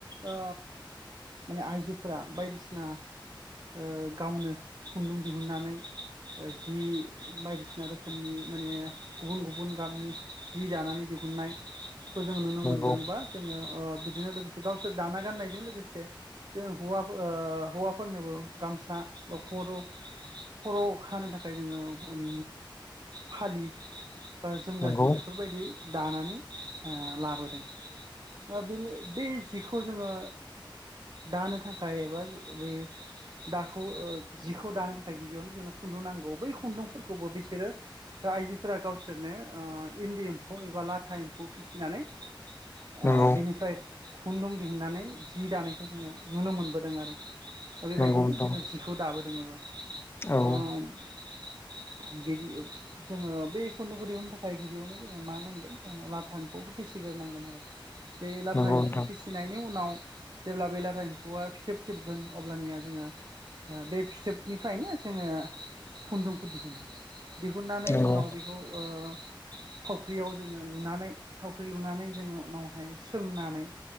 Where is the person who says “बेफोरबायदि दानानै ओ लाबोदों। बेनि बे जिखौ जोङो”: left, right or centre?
Right